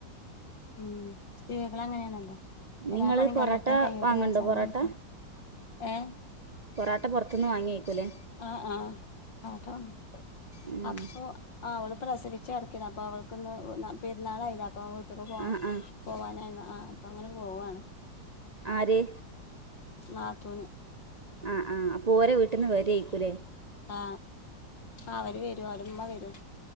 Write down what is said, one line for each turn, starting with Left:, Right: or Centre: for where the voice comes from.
Left: ഉം സ്ത്രീകളങ്ങനേണല്ലോ. എല്ലാ
Right: നിങ്ങള്
Left: പണിം
Right: പൊറോട്ട
Left: കയ്യട്ടെ കയ്യട്ടെ
Right: വാങ്ങണ്ടോ
Left: വിജാര്ച്ചങ്ങനേ
Right: പൊറോട്ട
Left: നിക്കും ഏ.
Right: പൊറാട്ട പൊർത്ത്ന്ന് വാങ്യേക്കൂലേ?
Left: ആഹ് ആഹ് റാട്ട ങ്ങി
Right: ഉം
Left: അപ്പൊ ആ ഓള് പ്രസവിച്ച് കട്ക്കെന്ന് അപ്പോ ഓൾക്ക്ന്ന് പെര്ന്നാളായിലെ അപ്പൊ വീട്ക്ക് പോണം.
Right: ആ ആ
Left: പോവാഞ്ഞാല് ആ പ്പങ്ങനെ പോവാണ്.
Right: ആര്?
Left: നാത്തൂന്.
Right: ആഹ് ആഹ് അപ്പോരെ വീട്ട്ന്ന് വരെക്കൂലെ.
Left: ആ അവര് വരും അവരമ്മ വരും